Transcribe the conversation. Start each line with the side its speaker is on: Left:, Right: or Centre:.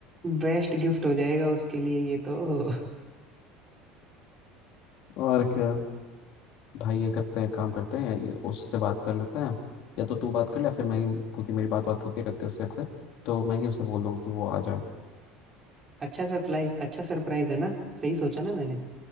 Right: बेस्ट गिफ्ट हो जाएगा उसके लिए ये तो <laughs>
Left: और क्या भाई ये करते हैं काम करते हैं ये उससे बात कर लेते हैं या तो तू बात कर ले फिर मैं ही क्योंकि मेरी बात बात होती रहती है उससे अक्सर तो मैं ही उसे बोल दूंगा कि वो आ जाए
Right: अच्छा सरप्राइज अच्छा सरप्राइज है ना सही सोचा ना मैंने